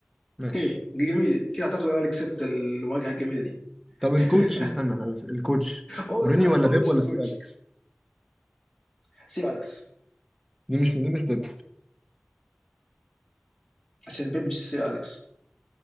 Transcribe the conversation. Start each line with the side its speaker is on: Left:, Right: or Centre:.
Centre: ماشي
Left: اوكي جميل كده اعتقد انا اللي كسبت المواجهه الجميله دي
Centre: طب الكوتش
Left: <laughs>
Centre: استنى طب الكوتش
Left: اوه
Centre: مورينيو
Left: صح الكوتش
Centre: ولا بيب ولا
Left: الكوتش
Centre: سير اليكس
Left: سير اليكس
Centre: دي مش دي مش بيب
Left: عشان بيب مش سير اليكس